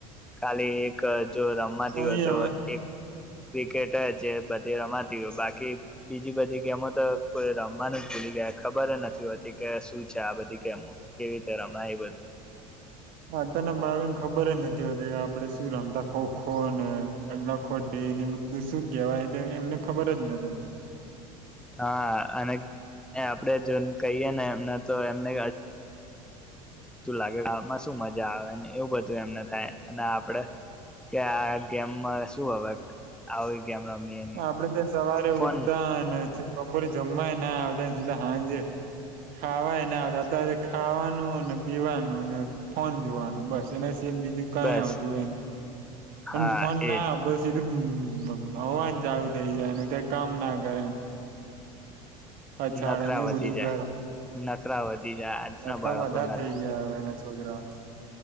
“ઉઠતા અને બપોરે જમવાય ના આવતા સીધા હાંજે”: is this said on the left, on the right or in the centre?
Right